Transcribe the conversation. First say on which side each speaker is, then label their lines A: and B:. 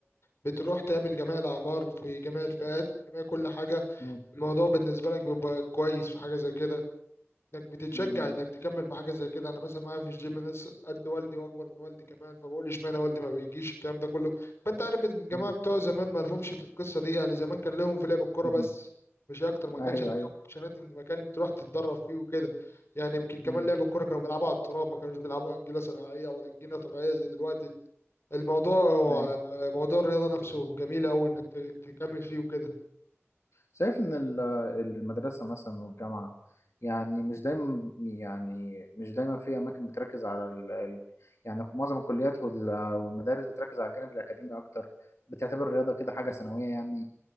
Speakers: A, on the left (about 60°); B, on the left (about 80°).
A: بتروح تقابل جميع الأعمار في جميع الفئات جميع كل حاجة
B: مم.
A: الموضوع بالنسبة لك بيبقى كويس في حاجة زي كده انك بتتشجع
B: مم.
A: انك تكمل في حاجه زي كده انا مثلا معايا في الجيم ناس قد والدي واكبر من والدي كمان فبقول اشمعنى والدي ما بيجيش الكلام ده كله فانت عارف ان الجماعه
B: مم.
A: بتوع زمان ما لهمش في القصه دي يعني زمان كان لهم في لعب الكوره
B: <laughs>
A: بس مش اكتر ما
B: ايوه
A: كانش عندهم
B: ايوه
A: اوبشنات ان مكان تروح تتدرب فيه وكده يعني يمكن كمان
B: مم.
A: لعب الكوره كانوا بيلعبوا على التراب ما كانوش بيلعبوا انجيله صناعيه ولا انجيله طبيعيه زي دلوقتي الموضوع هو
B: ايوه
A: موضوع الرياضه نفسه جميل قوي انك تكمل فيه وكده
B: شايف إن ال- المدرسة مثلا والجامعة يعني مش دايما يعني مش دايما في أماكن بتركز على ال... ال- يعني معظم الكليات وال- والمدارس بتركز على الجانب الأكاديمي أكتر بتعتبر الرياضة كده حاجة ثانوية يعني